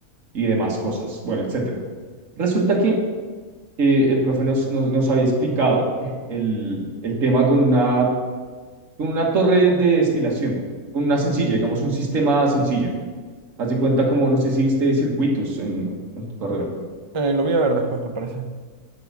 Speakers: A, on the right (about 55°); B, on the right (about 40°).
A: y demás cosas, bueno, etcétera. Resulta que eh, el profe nos, nos, nos había explicado el, el tema con una, con una torre de destilación, con una sencilla, digamos un sistema sencillo. Haz de cuenta como, no sé si viste circuitos en, en tu carrera.
B: Eh, lo voy a ver después, me parece.